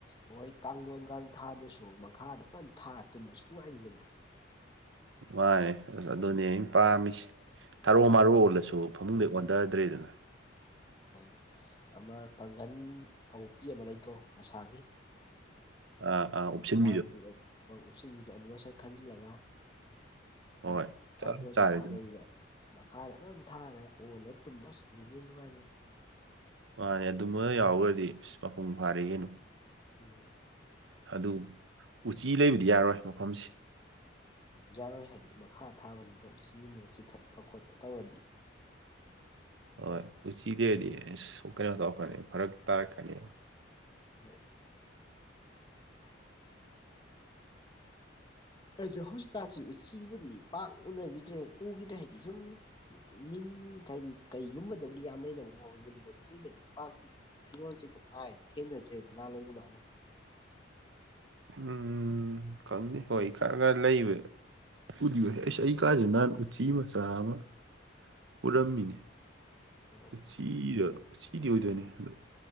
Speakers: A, on the left; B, on the right.
A: ꯃꯣꯏ ꯀꯥꯡꯊꯣꯟ ꯀꯥꯡ ꯊꯥꯗ꯭ꯔꯁꯨ ꯃꯈꯥꯗ ꯐꯅ ꯊꯥꯔ ꯇꯨꯝꯕꯁꯨ ꯑꯗꯨꯝ ꯍꯥꯏꯈꯤꯗꯅ
B: ꯃꯥꯅꯦ ꯑꯁ ꯑꯗꯨꯅꯦ ꯑꯩꯅ ꯄꯥꯝꯃꯤꯁꯦ ꯊꯔꯣ ꯃꯔꯨꯜꯂꯁꯨ ꯐꯃꯨꯡꯗꯩ ꯑꯣꯟꯊꯗ꯭ꯔꯦꯗꯅ
A: ꯍꯣꯏꯅꯦ ꯑꯃ ꯀꯥꯡꯒꯟ ꯑꯎꯄꯤ ꯑꯃ ꯂꯩꯇ꯭ꯔꯣ ꯃꯁꯥꯒꯤ
B: ꯑꯥ ꯑꯥ ꯎꯞꯁꯤꯟꯕꯤꯗꯣ
A: ꯀꯥꯡꯁꯤ ꯎꯞꯁꯤꯟꯕꯤꯗꯨꯅ ꯑꯗꯨ ꯃꯁꯛ ꯈꯟꯖꯤꯜꯂꯒ ꯍꯥꯏꯇꯥꯔꯦ
B: ꯍꯣꯏ ꯆꯞ
A: ꯀꯥꯡꯖꯗ
B: ꯆꯥꯔꯦ
A: ꯊꯥꯗꯕꯤꯗ
B: ꯑꯗꯨ
A: ꯃꯈꯥꯗ ꯑꯃ ꯊꯥꯔꯒ ꯑꯣꯜꯂ ꯇꯨꯝꯕꯁ ꯑꯗꯨꯅꯤ ꯅꯨꯡꯉꯥꯏꯗꯣꯏꯅꯤ
B: ꯃꯥꯅꯦ ꯑꯗꯨꯃ ꯌꯥꯎꯈ꯭ꯔꯗꯤ ꯑꯁ ꯃꯄꯨꯡ ꯐꯥꯔꯦ ꯀꯩꯅꯣ
A: ꯎꯝ
B: ꯑꯗꯨ ꯎꯆꯤ ꯂꯩꯕꯗꯤ ꯌꯥꯔꯣꯏ ꯃꯐꯝꯁꯦ
A: ꯌꯥꯔꯣꯏ ꯍꯥꯏꯗꯤ ꯃꯈꯥ ꯊꯥꯕꯅꯤꯅ ꯎꯆꯒꯨꯝꯕꯗ ꯆꯤꯡꯊꯠꯄ ꯈꯣꯠꯄ ꯇꯧꯔꯗꯤ
B: ꯍꯣꯏ ꯎꯆꯤꯗꯔꯗꯤ ꯁꯣꯛꯀꯅꯤꯕ ꯇꯧꯔꯛꯀꯅꯤ ꯐꯔꯛ ꯇꯥꯔꯛꯀꯅꯤꯕ
A: <unintelligible> ꯑꯩꯗ ꯍꯁ ꯀꯥꯁꯤ ꯎ ꯎꯆꯁꯤꯕꯅꯤ ꯄꯥꯛ ꯎꯅꯈꯤꯗ꯭ꯔꯦ ꯎꯈꯤꯗ꯭ꯔꯦ ꯍꯥꯏꯗꯤ ꯁꯨꯝ ꯃꯤꯟ ꯀꯗꯤ ꯀꯩꯒꯨꯝꯕꯗꯕꯨꯗꯤ ꯌꯥꯝ ꯂꯩꯩꯅꯀꯣ ꯌꯨꯝꯗꯗꯤ ꯀꯩꯗꯗꯤ ꯄꯥꯛꯇꯤ ꯐꯤꯔꯣꯟꯜꯁꯤ ꯊꯛꯄ ꯍꯥꯏꯔꯗꯤ ꯊꯦꯡꯅꯗ꯭ꯔꯦꯗ ꯅꯍꯥꯋꯥꯏ ꯀꯃꯥꯏꯅ
B: ꯎꯝ ꯈꯪꯅꯤ ꯍꯣꯏ ꯈꯔ ꯈꯔ ꯂꯩꯕ ꯎꯌꯨ ꯑꯩꯁ ꯑꯩ ꯀꯥꯥꯁꯦ ꯅꯍꯥꯟ ꯎꯆꯤ ꯃꯆꯥ ꯑꯃ ꯄꯨꯔꯝꯃꯤꯅꯦ
A: ꯑꯣ
B: ꯎꯆꯤꯗ ꯎꯆꯤꯗꯤ ꯑꯣꯏꯗꯣꯏꯅꯦ ꯑ